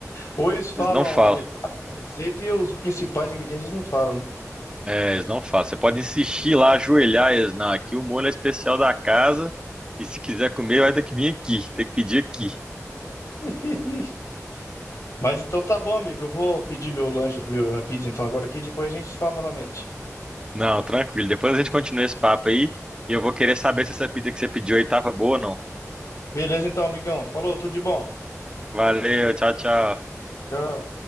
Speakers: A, on the left (about 70°); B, on the right (about 15°).
A: Ou eles falam
B: Eles não falam.
A: a metade da receita e os principais ingredientes eles não falam, né?
B: É, eles não falam. Você pode insistir lá, ajoelhar eles. Não, aqui o molho é especial da casa. E se quiser comer, vai ter que vir aqui. Tem que pedir aqui.
A: <laughs> Mas então tá bom, amigo. Eu vou pedir meu lanche, meu- minha pizza então agora aqui, depois a gente se fala novamente.
B: Não, tranquilo. Depois a gente continua esse papo aí. E eu vou querer saber se essa pizza que você pediu aí tava boa ou não.
A: Beleza então, amigão. Falou, tudo de bom.
B: Valeu, tchau, tchau.
A: Tchau.